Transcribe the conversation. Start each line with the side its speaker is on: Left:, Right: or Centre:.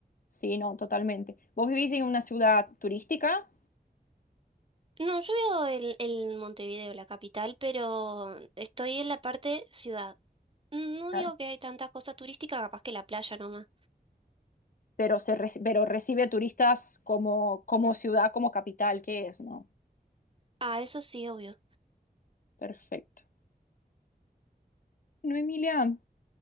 Left: Sí, no, totalmente. Vos vivís en una ciudad turística,
Right: No, yo vivo en, en Montevideo, la capital, pero estoy en la parte ciudad. No
Left: Claro.
Right: digo que hay tantas cosas turísticas, capaz que la playa nomás.
Left: pero, se reci- pero recibe turistas como, como ciudad, como capital que es, ¿no?
Right: Ah, eso sí, obvio.
Left: Perfecto. No, Emilia,